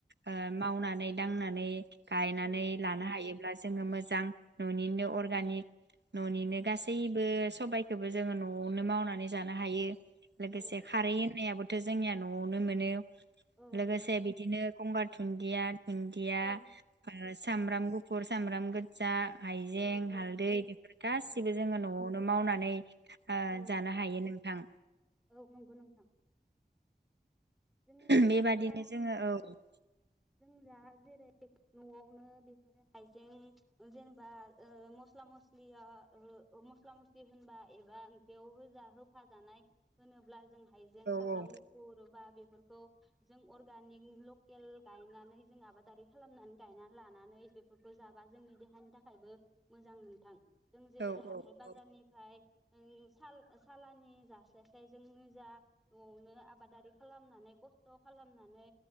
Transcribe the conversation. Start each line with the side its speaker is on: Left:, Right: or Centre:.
Right: ओ मावनानै दांनानै गायनानै
Centre: औ औ
Right: लानो हायोब्लासो जोङो मोजां न निनो
Centre: औ
Right: अर्गानिक
Centre: औ
Right: न निनो
Centre: औ
Right: गासैबो सबायखौबो जोङो नआवनो मावनानै जानो हायो लोगोसे
Centre: औ
Right: खारै होननायाबो थ जोंनिया नआवनो मोनो
Centre: औ
Right: लोगोसे
Centre: औ नंगौ
Right: बिदिनो गंगार दुन्दिया दुन्दिया
Centre: औ
Right: सामब्राम गुुफ फुर, सामब्राम गोजा, हाइजें,
Centre: औ औ
Right: हालदै बेफोर गासिबो
Centre: औ
Right: जोङो न'आव नो मावनानै ओ
Centre: औ
Right: जानो हायो थां।
Centre: औ नंगौ नोंथां। जों
Right: बेबादिनो
Centre: जा
Right: जोङो औ।
Centre: जों दा जेरै न'आवनो बेफोरो हाइजें जेनेबा ओ मस्ला मस्लिया ओ मस्ला मस्लि होनबा एबा ओंख्रियाव होजा होफा जानाय होनोब्ला जोंहा हाइजें,
Right: औ
Centre: सामब्राम
Right: औ
Centre: गुफुर बा बेफोरखौ जों अरगानिख लकेल गायनानै जों आबादारि खालामनानै गायनानै लानानै बेफोरखौ जाबा जोंनि देहानि थाखायबो मोजां नोंथां जों जेरै
Right: औ
Centre: हाथाय
Right: औ
Centre: बाजारनिफाय
Right: औ
Centre: ओइ साल-सालानि जास्लायस्लाय जोंनो जा न'आवनो आबादारि खालामनानै खस्थ खालामनानै